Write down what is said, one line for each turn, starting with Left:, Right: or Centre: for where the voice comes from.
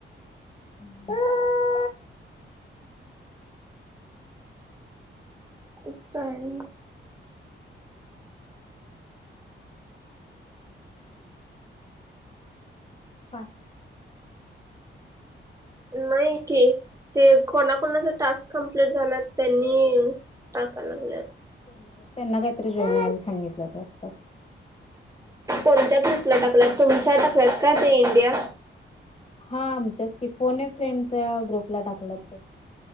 Left: हु हु‌ हु
Right: कुठंही
Left: काय
Right: नाही कि ते कोणाकणाचा टास्क कंप्लीट झाला त्यांनी टाकायला लागल्यात.
Left: हा त्यांनी त्यांना काहीतरी जवण्या आधी सांगितलं होतं वाटत
Right: कोणत्या ग्रुपला टाकलात तुमच्या टाकलात का ते इंडिया
Left: हा आमच्याच की फोने फ्रेंडच्या ग्रुपला टाकलात ते